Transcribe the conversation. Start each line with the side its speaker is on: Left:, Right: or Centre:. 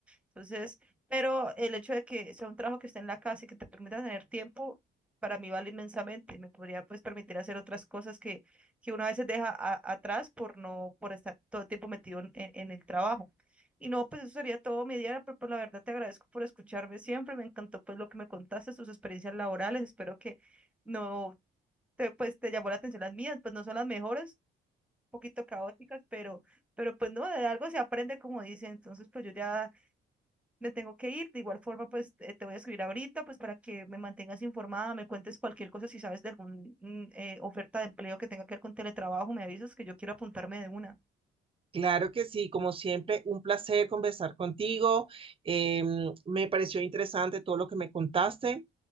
Centre: Entonces, pero el hecho de que sea un trabajo que esté en la casa y que te permita tener tiempo, para mí vale inmensamente. Me podría pues permitir hacer otras cosas que, que uno a veces deja a- atrás por no, por estar todo el tiempo metido en, en- en el trabajo. Y no, pues eso sería todo mi día, pero pues la verdad te agradezco por escucharme siempre. Me encantó pues lo que me contaste, tus experiencias laborales. Espero que no te, pues te llamó la atención las mías, pues no son las mejores, un poquito caóticas, pero, pero pues no, de algo se aprende como dicen. Entonces, pues yo ya me tengo que ir. De igual forma, pues te te voy a escribir ahorita, pues para que me mantengas informada, me cuentes cualquier cosa, si sabes de alguna oferta de empleo que tenga que ver con teletrabajo, me avisas que yo quiero apuntarme de una.
Right: Claro que sí, como siempre, un placer conversar contigo. Eh, me pareció interesante todo lo que me contaste,